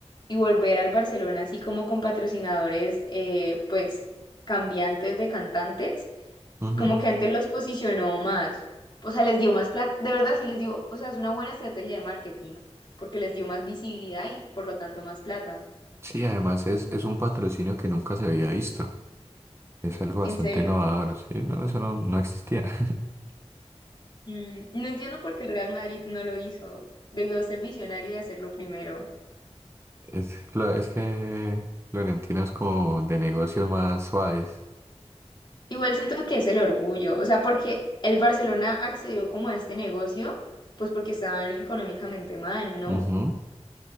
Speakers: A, on the left; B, on the right.
A: y volver al Barcelona así como con patrocinadores, eh, pues, cambiantes de cantantes,
B: Ujú.
A: como que antes los posicionó más, o sea, les dio más plata, de verdad sí les dio, o sea, es una buena estrategia de marketing, porque les dio más visibilidad y por lo tanto más plata.
B: Sí, además es, es un patrocinio que nunca se había visto. Es algo bastante
A: ¿En serio?
B: innovador, ¿sí? No, eso no, no existía. <laughs>
A: Mm, no entiendo por qué el Real Madrid no lo hizo. Debió ser visionario y hacerlo primero.
B: Es, Flo- es que Florentino es como de negocios más suaves.
A: Igual siento que es el orgullo, o sea, porque el Barcelona accedió como a este negocio, pues porque estaban económicamente mal, ¿no?
B: Ujú,